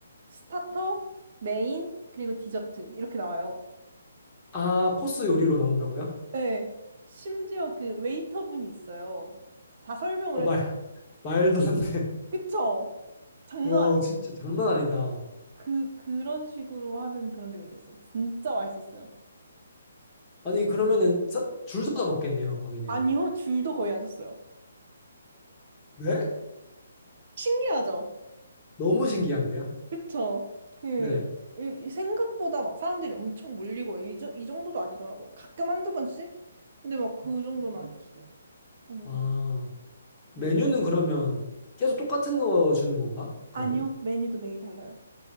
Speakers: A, on the right; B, on the left.
A: 스타터, 메인, 그리고 디저트 이렇게 나와요.
B: 아, 코스 요리로 나온다고요?
A: 네. 심지어 그 웨이터분이 있어요. 다 설명을
B: 어, 말,
A: 해줘요.
B: <laughs> 말도 안 돼.
A: 그쵸? 장난
B: 와,
A: 아니.
B: 진짜 장난 아니다.
A: 그 그런 식으로 하는 그런 데가 있었어요. 진짜 맛있었어요.
B: 아니, 그러면은 사- 줄 서서 먹겠네요, 거기는.
A: 아니요, 줄도 거의 안 섰어요.
B: 네?
A: 신기하죠?
B: 너무 신기한데요?
A: 그쵸? 그
B: 네.
A: 이- 이 생각보다 막 사람들이 엄청 몰리고 이, 저- 이 정도도 아니더라고요. 가끔 한두 번씩? 근데 막 그 정도는 아니었어요. 어머머.
B: 아, 메뉴는
A: 네.
B: 그러면 계속 똑같은 거 주는 건가? 그러면?
A: 아니요, 메뉴도 매일 달라요.